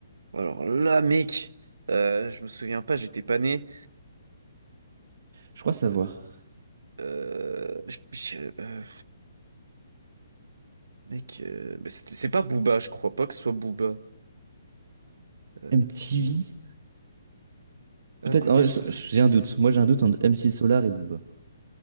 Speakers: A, on the right; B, on the right.
A: Alors là, mec, euh, je me souviens pas, j'étais pas né.
B: Je crois savoir.
A: Euh, euh, je- je- euh, mec, euh, mais c'est c'est pas Booba, je crois pas que ce soit Booba. Euh,
B: MTV?
A: ah,
B: Peut-être,
A: quoi
B: en
A: que
B: vrai,
A: c'est.
B: je- je- j'ai un doute. Moi, j'ai un doute entre MC Solar et Booba.